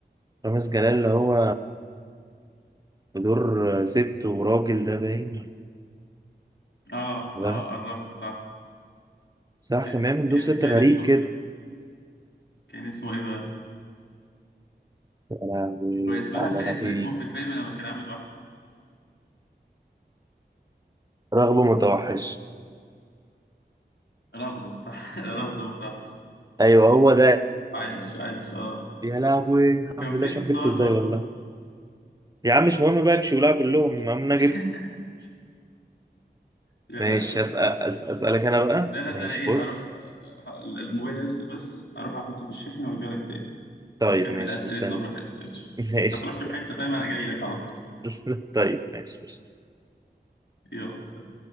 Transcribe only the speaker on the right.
رامز جلال اللي هو بدور آه، ست وراجل ده باين
بقى
صح
كان بيعمل
دور ست
غريب
كده
انا
على
انا
في
رغبة متوحش
ايوه هو ده
يا لهوي
الحمد لله
شوف
جبته ازاي
والله يا عم مش مهم بقى شغلها كلهم المهم انا جبته
ماشي
أسأل أس- اسألك انا بقى
ماشي
بص
طيب
ماشي
مستني
<laughs> ماشي
مستني
<laughs> طيب ماشي قشطة.